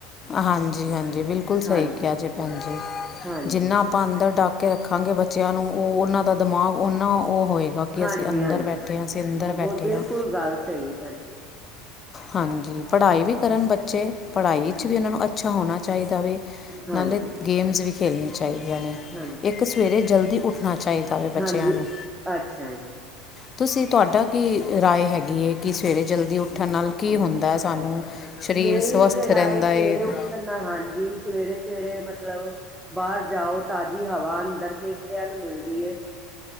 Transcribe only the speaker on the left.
ਹਾਂਜੀ-ਹਾਂਜੀ, ਬਿਲਕੁਲ ਸਈ
ਕਿਆ ਜੇ ਭੈਣ ਜੀ,
ਜਿੰਨਾ ਅਪਾਂ ਅੰਦਰ ਡੱਕ ਕੇ ਰੱਖਾਂਗੇ ਬੱਚਿਆਂ ਨੂੰ, ਓ ਉਨਾਂ ਦਾ ਦਿਮਾਗ ਉੱਨਾਂ ਓ ਹੋਏਗਾ। ਬਾਕੀ
ਅਸੀਂ ਅੰਦਰ
ਬੈਠੇ ਹਾਂ, ਅਸੀਂ ਅੰਦਰ
ਬੈਠੇ
ਆ।
ਹਾਂਜੀ, ਪੜ੍ਹਾਈ ਵੀ ਕਰਨ ਬੱਚੇ, ਪੜ੍ਹਾਈ ਚ ਵੀ ਉਨਾਂ ਨੂੰ ਅੱਛਾ ਹੋਣਾ ਚਾਈਦਾ ਵੇ,
ਨਾਲੇ ਗੇਮਜ਼ ਵੀ ਖੇਲਣੀ ਚਾਈਦੀਆਂ ਨੇ।
ਇੱਕ ਸਵੇਰੇ ਜਲਦੀ ਉੱਠਣਾ ਚਾਈਦਾ ਵੇ ਬੱਚਿਆਂ
ਨੂੰ।
ਤੁਸੀਂ ਤੁਆਡਾ ਕੀ ਰਾਏ ਹੈਗੀ ਐ ਕਿ ਸਵੇਰੇ ਜਲਦੀ ਉੱਠਣ ਨਾਲ ਕੀ ਹੁੰਦਾ ਐ ਸਾਨੂੰ? ਸਰੀਰ
ਸਵਸਥ
ਰਹਿੰਦਾ
ਹੈ